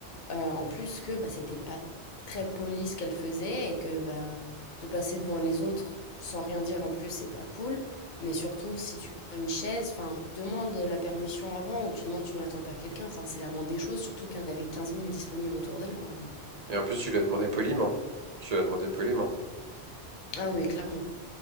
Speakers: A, on the left; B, on the right.
A: Euh, en plus que bah, c'était pas très poli ce qu'elle faisait et que bah, de passer devant les autres sans rien dire en plus, c'est pas cool. Mais surtout, si tu prends une chaise, enfin, tu demandes la permission avant ou tu demandes si on n'attend pas quelqu'un. Enfin, c'est la moindre des choses, surtout qu'il y en avait quinze mille disponibles autour d'elle, quoi. Mais bon.
B: Et en plus, tu lui as demandé poliment. Tu lui as demandé poliment.
A: Ah oui, clairement.